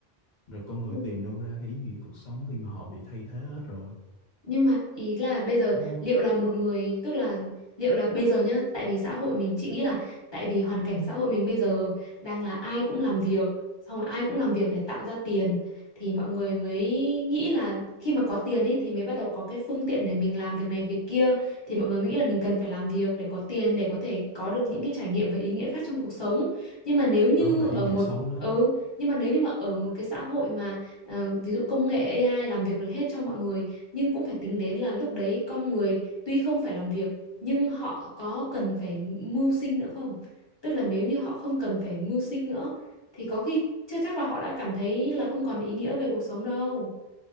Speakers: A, on the left; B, on the left.
A: rồi con người
B: ừ.
A: tìm đâu ra cái ý nghĩa cuộc sống khi mà họ bị thay thế hết rồi
B: Nhưng mà ý là bây giờ
A: đúng không
B: liệu là một người tức là liệu là bây giờ nhá, tại vì xã hội mình chị nghĩ là tại vì hoàn cảnh xã hội mình bây giờ đang là ai cũng làm việc, xong rồi ai cũng làm việc để tạo ra tiền thì mọi người mới nghĩ là khi mà có tiền ấy thì mới bắt đầu có cái phương tiện để mình làm việc này việc kia thì mọi người mới nghĩ là mình cần phải làm việc để có tiền để có thể có được những cái trải nghiệm và ý nghĩa khác trong cuộc sống. Nhưng mà nếu như
A: đó là
B: ở
A: ý nghĩa
B: một
A: sống đó
B: ừ, nhưng mà nếu như mà ở một cái xã hội mà ờ, ví dụ công nghệ AI làm việc được hết cho mọi người nhưng cũng phải tính đến là lúc đấy con người tuy không phải làm việc nhưng họ có cần phải mưu sinh nữa không? Tức là nếu như họ không cần phải mưu sinh nữa thì có khi chưa chắc là họ đã cảm thấy là không còn ý nghĩa về cuộc sống đâu.